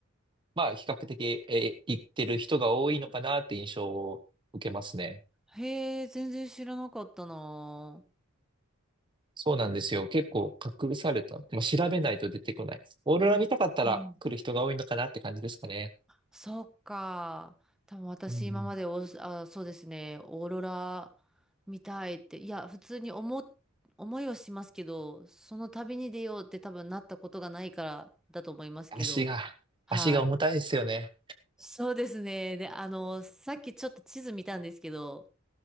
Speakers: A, on the right; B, in the centre.
A: まあ、比較的、え、行ってる人が多いのかなって印象を受けますね。
B: へえ、全然知らなかったな。
A: そうなんですよ。結構隠された。まあ、調べないと出てこない。オーロラ見たかったら来る人が多いのかなって感じですかね。
B: うん。うん。そっか。多分私今までオースあ、
A: うん。
B: そうですね、オーロラ見たいって、いや、普通に思っ、思いはしますけど、その旅に出ようって多分なったことがないからだと思いますけど。
A: 足が、
B: はい。
A: 足が重たいですよね。
B: そうですね。で、あの、さっきちょっと地図見たんですけど、